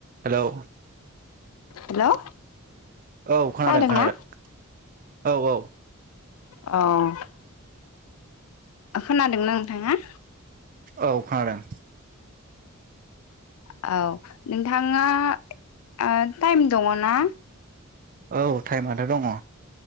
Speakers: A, on the right; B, on the left.
A: Hello
B: hello
A: औ खोनादों
B: खोनादोंना
A: खोनादों औ औ
B: औ खोनादोंना नोंथाङा
A: औ खोनादों
B: अ औ नोंथाङा ओ टाइम दङना
A: औ टाइमाथ' दङ